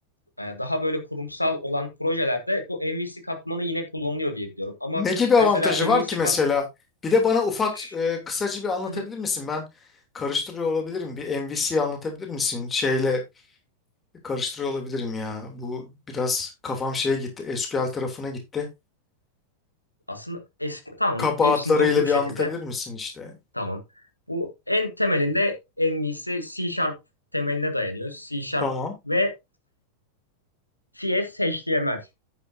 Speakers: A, on the left (about 90°); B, on the left (about 20°).
A: e, daha böyle kurumsal olan projelerde bu MVC katmanı yine kullanılıyor diye biliyorum. Ama
B: Ne gibi avantajı
A: mesela MVC
B: var ki mesela?
A: kat
B: Bir de bana ufak
A: Şş,
B: e, kısaca bir anlatabilir
A: hı hı.
B: misin? Ben karıştırıyor olabilirim. Bir MVC anlatabilir misin? Şeyle karıştırıyor olabilirim ya. Bu biraz kafam şeye gitti. SQL tarafına gitti.
A: aslında eski tamam
B: Kabahatlarıyla
A: hepsini toplu bir
B: bir
A: şekilde
B: anlatabilir misin işte?
A: tamam. Bu en temelinde MVC C C Sharp temeline dayanıyor. C Sharp
B: Tamam.
A: ve CS HTML.